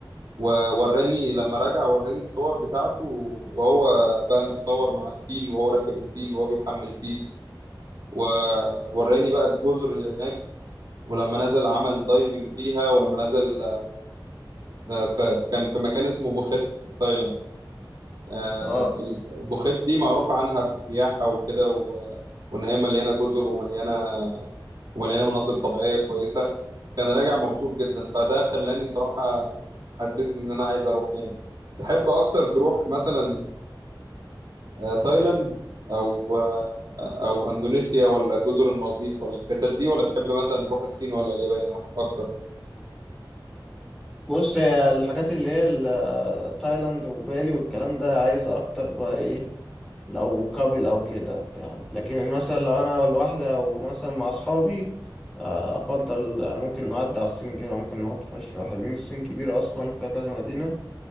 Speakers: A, on the right; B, in the centre.
A: ووراني لما رجع وراني الصور بتاعته وهو بقى متصور مع الفيل وهو راكب الفيل وهو بيحمل فيل ووراني بقى الجزر اللي هناك ولما نزل عمل دايفنج فيها ولما نزل آه، ف- كان في مكان اسمه بوخت في تايلاند آه،
B: اه
A: البوخيت دي معروف عنها في السياحة وكده و- وإن هي مليانة جزر ومليانة ومليانة مناظر طبيعية كويسة كان راجع مبسوط جدا فده خلاني صراحة حسسني إن أنا عايز أروح يعني تحب أكتر تروح مثلا آه، تايلاند أو آه، أو أندونيسيا ولا جزر المالديف ولا الحتت دي ولا تحب مثلا تروح الصين ولا اليابان أكتر؟
B: بص هي الحاجات اللي هي ال- تايلاند وبالي والكلام ده عايزة أكتر بقى إيه لو كابل أو كده يعني لكن مثلا لو أنا لوحدي أو مثلا مع أصحابي آه، أفضل يعني ممكن نعدي على الصين كده ممكن نقعد في شوية حلوين الصين كبيرة أصلا فيها كذا مدينة